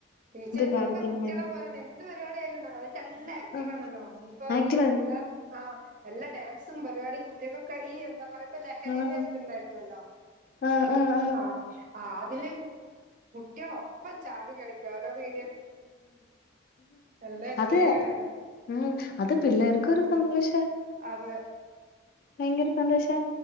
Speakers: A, on the right; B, on the left.
A: ടീച്ചേഴ്സ
B: കാര്യത്തിനാണേലും
A: ഒക്കെ കുട്ടികളെ പോലെ എന്ത് പരിപാടിയയലുന്ന അവ നല്ല ആക്റ്റീവ്
B: ആഹ്
A: ആണല്ലോ ഇപ്പോ
B: ആക്റ്റീവാണ്
A: ഈ എന്താ ആഹ് എല്ലാ ഡാൻസും പരിപാടി കുട്ടികൾക്കൊക്കെ ഈ എന്താ പറയാപ്പ ലഹരിന്റെ
B: ആഹ്
A: ണ്ടുന്നല്ലോ
B: ആഹ് ആഹ്
A: ആഹ് അതില ഒപ്പം ചാടി കളിക്ക അതോ വീ നല്ല എൻജോയ്
B: അത്
A: ആണ്
B: ഉം അത് പിള്ളേർക്കൊരു സന്തോഷം
A: അത്
B: ഭയങ്കര സന്തോഷം